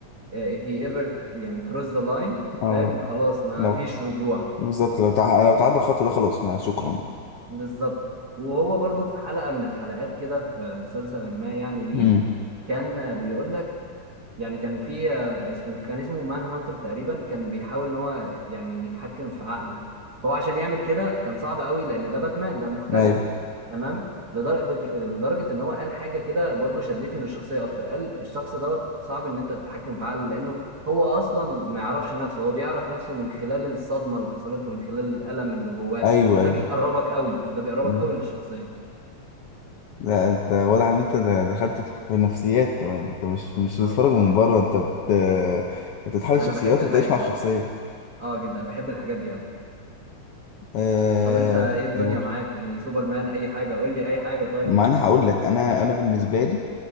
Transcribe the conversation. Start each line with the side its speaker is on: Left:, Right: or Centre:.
Right: آه، if he ever ك- يعني cross the line
Left: اه
Right: فاهم خلاص ما
Left: لو
Right: فيش رجوع
Left: بالظبط لو تع... لو تعدى الخط ده خلاص ما شكرا
Right: بالظبط وهو برضو في حلقة من الحلقات كده في مسلسل ما يعني ليه
Left: مم.
Right: كان بيقول لك يعني كان في آم، اسمه كان اسمه مان هانتر تقريبا كان بيحاول ان هو يعني يتحكم في عقله فهو عشان يعمل كده كان صعب قوي لان ده باتمان ده مختلف
Left: ايوه
Right: تمام لدرجة لدرجة ان هو قال حاجة كده برضو شدتني للشخصية اكتر قال الشخص دوت صعب ان انت تتحكم في عقله لانه هو اصلا ما يعرفش نفسه هو بيعرف نفسه من خلال الصدمة اللي حصلت له من خلال الألم اللي جواه
Left: ايوه
Right: فده بيقربك قوي ده بيقربك
Left: ايوه
Right: قوي للشخصية
Left: لا انت واضح ان انت د- دخلت في في نفسيات كمان انت مش مش
Right: اه
Left: بتتفرج من بره انت بت بتتحلل
Right: انا
Left: شخصيات
Right: بحب الحاجة
Left: وبتعيش مع الشخصيه
Right: اه اه جدا أنا بحب الحاجات دي قوي
Left: أه...
Right: طب انت ايه الدنيا
Left: يقول
Right: معاك يعني سوبرمان اي حاجه قول لي اي حاجه طيب
Left: ما انا هقول لك انا انا بالنسبه لي